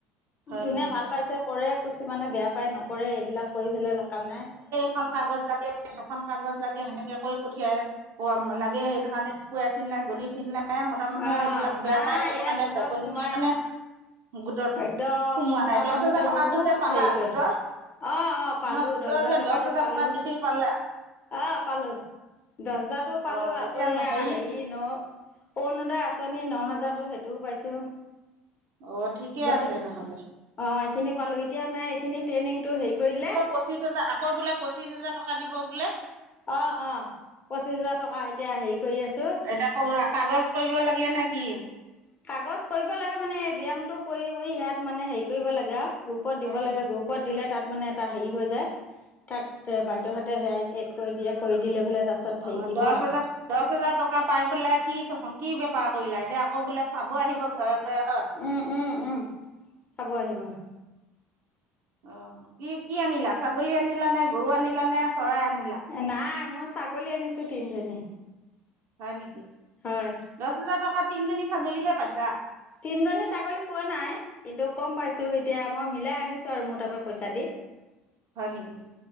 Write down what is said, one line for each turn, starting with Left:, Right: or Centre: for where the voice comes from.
Right: হয়
Left: যোনে
Right: নেকি
Left: ভাল পাইছে কৰে, কুছিমানে বেয়া পায় নকৰে এইবিলাক কৰি পেলাই লা কাম নাই।
Right: এখন কাগজ লাগে সেখন কাগজ লাগে সেনেকে কৈ পঠিয়াই অ লাগে সেইটো কাৰণে কৈ আছিল নাই গলিছিল নাই মতা মানুহে
Left: অ',
Right: সেইবিলাক বেয়া
Left: নাই
Right: পায় সেইটো
Left: এয়া
Right: কাৰণে
Left: গোটত
Right: যাব
Left: সোমাই
Right: নিদিলে কাৰণে গোটত
Left: একদম
Right: সোমোৱা
Left: মতা
Right: নাই দহ
Left: মানুহতে
Right: হেজাৰ টকাটো
Left: বহুত
Right: যে পালা
Left: হেৰি কৰে
Right: গোটৰ ন
Left: অ', অ', পালো
Right: গোটৰ
Left: হাজাৰ
Right: যে
Left: টকাটো
Right: দহ হাজাৰ
Left: পালো
Right: টকা দিছিল পালা
Left: অ পালো দহ হেজাৰটো পালো
Right: অ
Left: আকৌ
Right: এতিয়া
Left: এয়া
Right: হেৰি
Left: হেৰিত ন অৰুণোদয় আঁচনি ন হাজাৰতো সেইটোও পাইছো
Right: অ ঠিকে
Left: গোটে
Right: আছে নহ'লে
Left: অ এইখিনি পালো এতিয়া নাই এইখিনি ট্ৰেইনিং টো হেৰি দিলে
Right: পঁচিছ হাজাৰ আকৌ বোলে পঁচিশ হাজাৰ টকা দিব বোলে
Left: অ অ পঁচিশ হাজাৰ টকা এতিয়া হেৰি কৰি আছো
Right: এতিয়া কা কাগজ কৰিব লাগে নে কি
Left: কাগজ কৰিব লাগে মানে এই ব্যায়ামটো কৰি কৰি সেয়াত মানে হেৰি কৰিব লাগে আও গ্ৰুপত
Right: হয়
Left: দিব
Right: নেকি
Left: লাগে গ্ৰুপ গ্ৰুপত দিলে তাত মানে এটা হেৰি হৈ যায় তাত বাইদউহঁতে সেয়াই এড কৰি দিয়ে কৰি দি লৈ পেলাই তাৰপাছত হেৰি
Right: অ
Left: দিব
Right: দহ
Left: আৰু
Right: হাজাৰ দহ হেজাৰ টকা পাইছিলা কি কি বেপাৰ কৰিলা এতিয়া আকৌ বোলে চাব আহিব ঘৰে ঘৰে হয়
Left: উম উম উম চাব আহিব
Right: অ কি কি আনিলা ছাগলী আনিলা নে গৰু আনিলা নে চৰাই আনিলা
Left: নাই মই ছাগলী আনিছো তিনজনী
Right: হয় নেকি
Left: হয়
Right: দহ হাজাৰ টকা তিনজনী ছাগলীহে পাইছা
Left: তিনজনী ছাগলী পোৱা নাই কিন্তু কম পাইছো এতিয়া মই মিলাই আনিছো আৰু মোৰ তাৰপৰা পইচা দি
Right: হয় নেকি